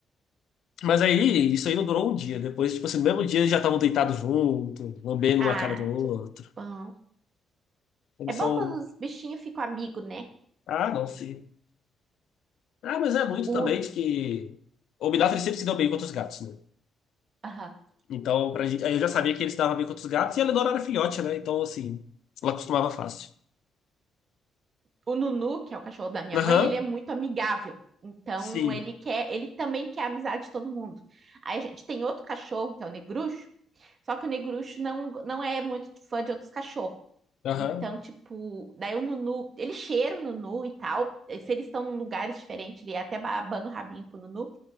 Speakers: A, on the left; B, on the right.
A: Mas aí, isso aí não durou um dia. Depois, tipo assim, no mesmo dia eles já estavam deitados junto, lambendo
B: Ah,
A: uma cara do outro.
B: que bom.
A: Eles
B: É bom
A: são.
B: quando os bichinhos ficam amigos, né?
A: Ah, não, sim. Ah, mas é muito
B: O,
A: também de que. O Minafre sempre se deu bem contra os gatos, né?
B: aham.
A: Então, pra gente. Aí eu já sabia que ele se dava bem contra os gatos e a Lenor era filhote, né? Então, assim, ela acostumava fácil.
B: O Nunu, que é o cachorro da minha
A: Aham,
B: mãe, ele é muito amigável. Então,
A: sim.
B: ele quer, ele também quer a amizade de todo mundo. Aí a gente tem outro cachorro, que é o Negruxo, Só que o Negruxo não, não é muito fã de outros cachorros.
A: Aham,
B: Então, tipo, daí o Nunu, ele cheira o Nunu e tal. Se eles estão em lugares diferentes, ele é até abana o rabinho pro Nunu.